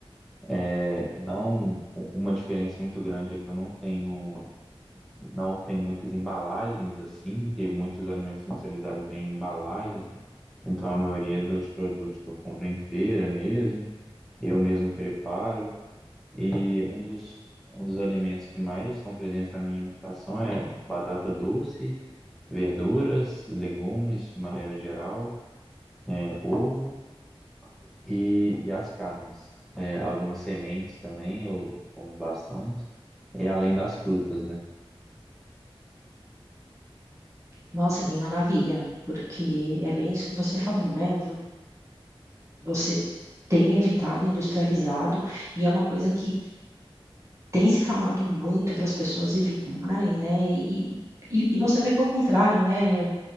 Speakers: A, in the centre; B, on the right.
A: É, não u- uma diferença muito grande é que eu não tenho não tenho muitas embalagens assim, que muitos alimentos industrializados vêm em embalagens, né? Então a maioria dos produtos que eu compro é em feira mesmo, eu mesmo preparo. E um dos, um dos alimentos que mais são presentes na minha alimentação é batata doce verduras e legumes de maneira geral, é, ovo e, e as carnes. É, algumas sementes também eu como bastante, e além das frutas, né?
B: Nossa, que maravilha, porque é bem isso que você falou, né? Você tem evitado industrializado e é uma coisa que tem se falado muito para as pessoas evitarem, né? E, e, e você vê que é o contrário, né? A-